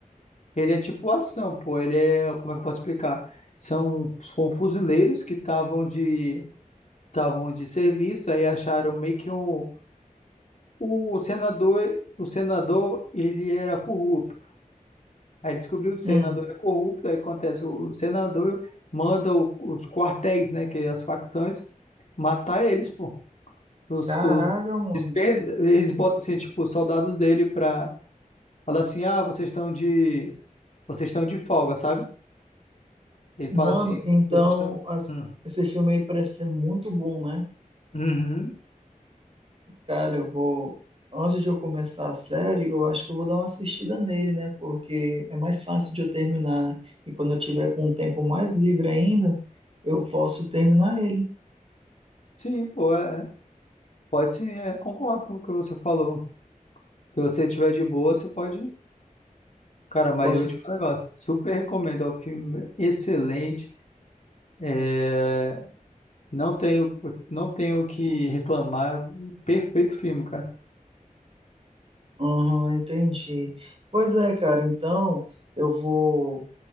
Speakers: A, on the left; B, on the right.
A: Ele é tipo ação, pô. Ele é. Como é que eu posso explicar? São, são fuzileiros que estavam de. Estavam de serviço, aí acharam meio que um. O senador. O senador, ele era corrupto. Aí descobriu que o
B: Hum,
A: senador é corrupto, aí acontece, o senador manda o- os quartéis, né, que é as facções, matar eles, pô. Os,
B: caraca,
A: os,
B: mano.
A: despe- eles botam, assim, tipo, os soldados dele pra falar assim, ah, vocês estão de, vocês estão de folga, sabe? Ele
B: Mano,
A: fala assim,
B: então
A: vocês estão...
B: as-
A: Hum,
B: esse filme aí parece ser muito bom, né?
A: uhum.
B: Cara, eu vou. Antes de eu começar a série, eu acho que eu vou dar uma assistida nele, né? Porque é mais fácil de eu terminar, né? E quando eu tiver com um tempo mais livre ainda, eu posso terminar ele.
A: Sim, pô, é, é. pode sim, é, concordo com o que você falou. Se você tiver de boa, você pode... Cara, mas
B: Posso.
A: eu vou te falar um negócio, super recomendo, é um filme excelente, é... Não tenho, não tenho o que reclamar. um Perfeito filme, cara.
B: Aham, entendi. Pois é, cara, então eu vou.